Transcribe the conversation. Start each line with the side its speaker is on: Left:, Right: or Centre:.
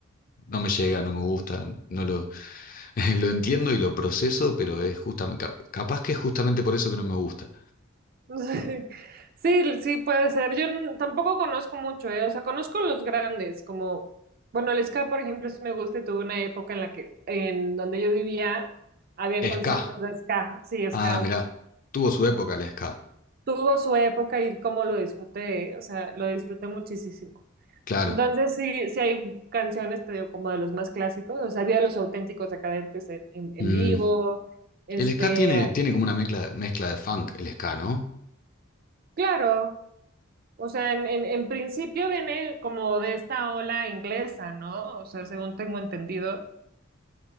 Left: no me llega, no me gusta, no lo, <laughs> lo entiendo y lo proceso, pero es justamente, capaz que es justamente por eso que no me gusta.
Right: <laughs> Sí, sí, puede ser. Yo n- tampoco conozco mucho, ¿eh? O sea, conozco los grandes, como, bueno, el ska, por ejemplo, sí me gusta y tuve una época en la que, en donde yo vivía, habían conciertos
Left: Ska.
Right: de ska, sí,
Left: Ah,
Right: ska.
Left: mirá. Tuvo su época la ska.
Right: Tuvo su época y cómo lo disfruté, o sea, lo disfruté muchísimo.
Left: Claro.
Right: Entonces, sí, sí hay canciones, te digo, como de los más clásicos, o sea, había los auténticos decadentes en, en, en
Left: Mm.
Right: vivo, este,
Left: El ska tiene, tiene como una mezcla, mezcla de funk, el ska, ¿no?
Right: claro, o sea, en, en, en principio viene como de esta ola inglesa, ¿no? O sea, según tengo entendido,